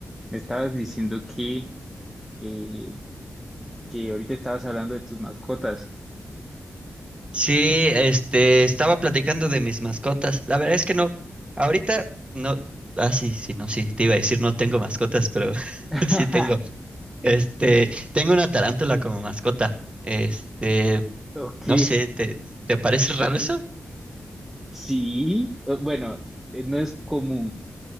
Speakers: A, in the centre; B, on the right.
A: Me estabas diciendo que, eh, que ahorita estabas hablando de tus mascotas.
B: Sí, este, estaba platicando de mis mascotas. La verdad es que no, ahorita no, ah, sí, sí, no, sí, te iba a decir no tengo mascotas, pero <laughs>
A: <laughs>
B: sí tengo. Este, tengo una tarántula como mascota. Este,
A: Ok,
B: no sé, ¿te, te parece raro eso?
A: sí. Eh, Bueno, eh, no es común.